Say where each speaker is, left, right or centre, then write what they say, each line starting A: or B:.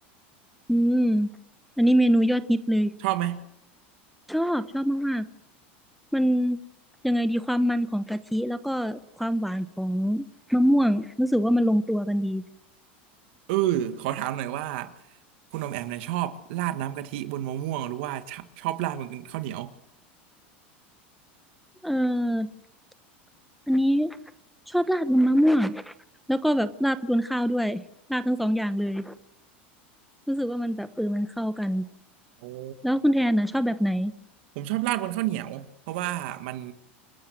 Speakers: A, in the centre; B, on the right (about 70°).
A: อืมอันนี้เมนูยอดฮิตเลย
B: ชอบไหม
A: ชอบชอบมาก มันยังไงดีความมันของกะทิแล้วก็ความหวานของมะม่วงรู้สึกว่ามันลงตัวกันดี
B: เออขอถามหน่อยว่าคุณอมแอมเนี่ยชอบราดน้ำกะทิบนมะม่วงหรือว่าชอบชอบราดบนข้าวเหนียว
A: เอออันนี้ชอบราดบนมะม่วงแล้วก็แบบราดบนข้าวด้วยราดทั้งสองอย่างเลยรู้สึกว่ามันแบบเออมันเข้ากัน
B: โอ้
A: แล้วคุณแทนนะชอบแบบไหน
B: ผมชอบราดบนข้าวเหนียวเพราะว่ามัน